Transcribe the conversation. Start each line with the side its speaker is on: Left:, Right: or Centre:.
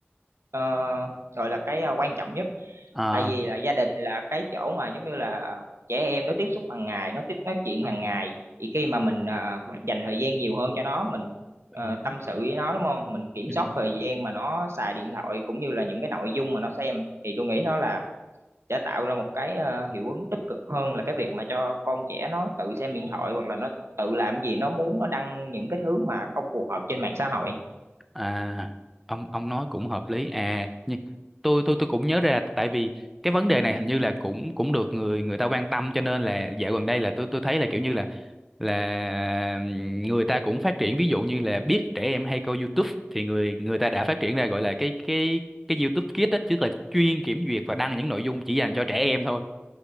Right: ờ, gọi là cái ờ, quan trọng nhất
Centre: à
Right: tại vì là gia đình là cái chỗ mà giống như là trẻ em nó tiếp xúc hàng ngày nó tiếp nói chuyện hàng ngày thì khi mà mình à, dành thời gian nhiều hơn cho nó mình
Centre: Đúng.
Right: ờ, tâm sự với nó đúng không mình kiểm
Centre: Ừ.
Right: soát thời gian mà nó xài điện thoại cũng như là những cái nội dung mà nó xem thì tôi nghĩ nó là sẽ tạo ra một cái ờ, hiệu ứng tích cực hơn là cái việc mà cho con trẻ nó tự xem điện thoại hoặc là nó tự làm gì nó muốn nó đăng những cái thứ mà không phù hợp trên mạng xã hội
Centre: À, ông ông nói cũng hợp lý. À, nhưng tôi tôi tôi cũng nhớ ra tại vì cái vấn đề này hình như là cũng cũng được người người ta quan tâm cho nên là dạo gần đây là tôi tôi thấy là kiểu như là là người ta cũng phát triển ví dụ như là biết trẻ em hay coi YouTube thì người người ta đã phát triển ra gọi là cái cái cái YouTube Kids á chứ là chuyên kiểm duyệt và đăng những nội dung chỉ dành cho trẻ em thôi